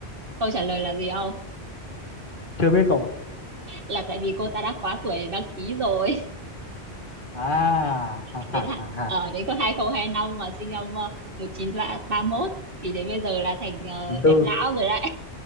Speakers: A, on the right (about 55°); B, on the left (about 50°).
A: câu trả lời là gì không
B: Chưa biết cậu ạ.
A: là tại vì cô ta đã quá tuổi để đăng ký rồi
B: À,
A: <laughs>
B: ha
A: đến
B: ha
A: hạn
B: ha ha.
A: ở đến có hai không hai năm mà sinh năm ờ, một chín ba mốt thì đến bây giờ là thành ờ,
B: Thứ tư,
A: đẹp lão rồi đấy